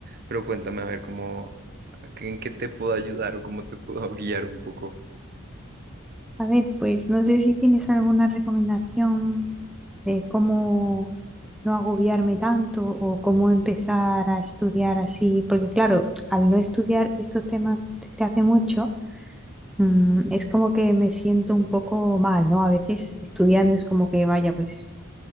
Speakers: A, on the right; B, in the centre.
A: pero cuéntame a ver cómo, en qué te puedo ayudar o cómo te puedo <laughs> guiar un poco.
B: A ver, pues no sé si tienes alguna recomendación de cómo no agobiarme tanto o cómo empezar a estudiar así, porque claro, al no estudiar estos temas desde hace mucho, mm, es como que me siento un poco mal, ¿no? A veces estudiando es como que vaya, pues